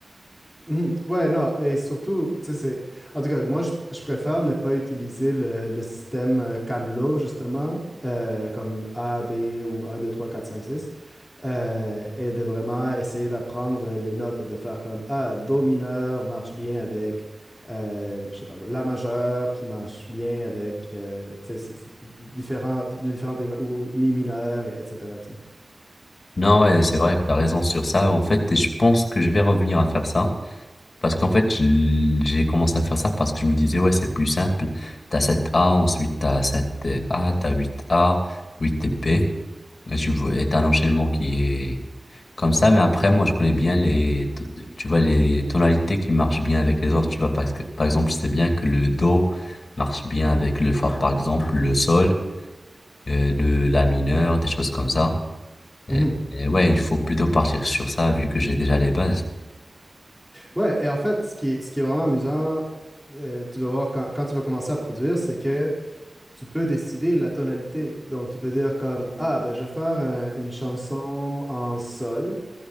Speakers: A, on the left (about 15°); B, on the left (about 80°).
A: Mhm. Ouais, non, et surtout, tu sais, c'est... En tout cas, moi, je, je préfère ne pas utiliser le, le système euh, Camlo, justement, euh, comme A, B ou un 2 3 4 5 6 euh, et de vraiment essayer d'apprendre les notes et de faire comme, ah, Do mineur marche bien avec, euh, je sais pas, moi, La majeure qui marche bien avec, euh, tu sais, c'est- c'est différents, les différentes techno- ou Mi mineur, et- etc., tu
B: Non, ouais, c'est vrai que t'as raison sur ça. En fait, je pense que je vais revenir à faire ça. Parce qu'en fait, je- j'ai commencé à faire ça parce que je me disais, ouais, c'est plus simple. T'as sept a ensuite t'as sept a t'as huit a huit b Là, tu vois, est un enchaînement qui est comme ça, mais après, moi, je connais bien les, to- tu vois, les tonalités qui marchent bien avec les autres, tu vois, parce que, par exemple, je sais bien que le do marche bien avec le fa, par exemple, le sol, euh, le la mineur, des choses comme ça.
A: sais.
B: Et, et ouais, il faut plutôt partir sur ça, vu que j'ai déjà les bases.
A: Ouais, et en fait, ce qui est, ce qui est vraiment amusant, euh, tu vas voir quand, quand tu vas commencer à produire, c'est que tu peux décider la tonalité. Donc, tu peux dire comme, ah, ben, je vais faire un- une chanson en sol